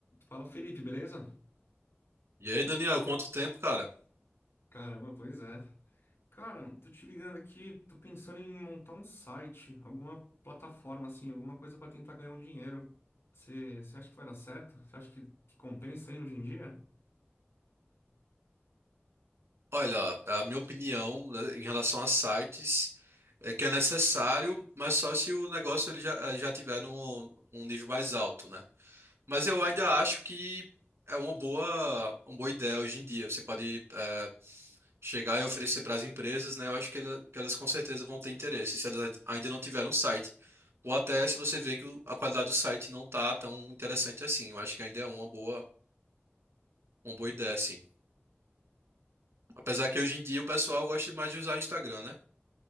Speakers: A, on the left; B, on the right.
A: Fala Felipe, beleza?
B: E aí, Daniel, quanto tempo, cara?
A: Caramba, pois é. Cara, tô te ligando aqui, tô pensando em montar um site, alguma plataforma assim, alguma coisa pra tentar ganhar um dinheiro. Você você acha que vai dar certo? Você acha que, que compensa aí hoje em dia?
B: Olha, a minha opinião, né, em relação a sites é que é necessário, mas só se o negócio ele já, já tiver num, num nível mais alto, né? Mas eu ainda acho que é uma boa, uma boa ideia hoje em dia. Você pode é, chegar e oferecer para as empresas, né? Eu acho que, ela- que elas com certeza vão ter interesse, se elas ainda não tiveram um site. Ou até se você vê que o- a qualidade do site não tá tão interessante assim. Eu acho que ainda é uma boa, uma boa ideia, assim. Apesar que hoje em dia o pessoal gosta mais de usar Instagram, né?